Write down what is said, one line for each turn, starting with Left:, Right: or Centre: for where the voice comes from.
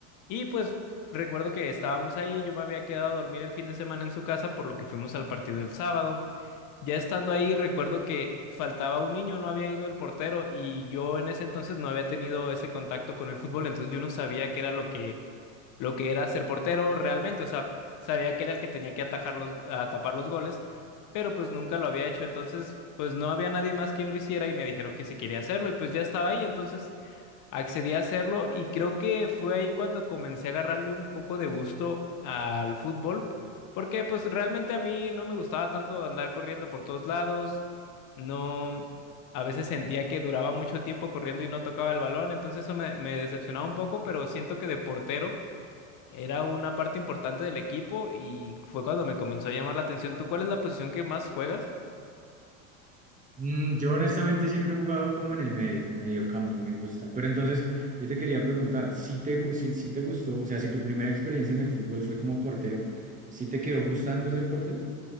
Left: y pues recuerdo que estábamos ahí, yo me había quedado a dormir el fin de semana en su casa, por lo que fuimos al partido el sábado. Ya estando ahí, recuerdo que faltaba un niño, no había ido el portero y yo en ese entonces no había tenido ese contacto con el fútbol, entonces yo no sabía qué era lo que, lo que era ser portero realmente, o sea, sabía que era el que tenía que atajar los, a tapar los goles, pero pues nunca lo había hecho, entonces pues no había nadie más quien lo hiciera y me dijeron que si quería hacerlo y pues ya estaba ahí, entonces... Accedí a hacerlo y creo que fue ahí cuando comencé a agarrarle un poco de gusto al fútbol, porque pues realmente a mí no me gustaba tanto andar corriendo por todos lados, no, a veces sentía que duraba mucho tiempo corriendo y no tocaba el balón, entonces eso me, me decepcionaba un poco, pero siento que de portero era una parte importante del equipo y fue cuando me comenzó a llamar la atención. ¿Tú cuál es la posición que más juegas?
Right: Mm, yo honestamente siempre he jugado como en el medio, medio campo, me gusta. Pero entonces, yo te quería preguntar, si te, gu- si, si te gustó, o sea, si tu primera experiencia en el fútbol fue como portero, ¿sí te quedó gustando ser portero?